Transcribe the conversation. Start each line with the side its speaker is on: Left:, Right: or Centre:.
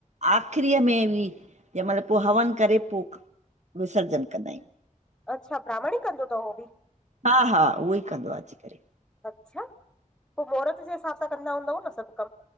Right: आख़रीअ में बि जैं महल पो हवन करे, पो विसर्जन कंदायूं।
Centre: अच्छा, ब्राह्मण ही कंदो तव, हो बि?
Right: हा हा, उहोई कंदो आ, अची करे।
Centre: अच्छा, पो मौरत जे हिसाब सां कंदा हूंदव न सभ कम?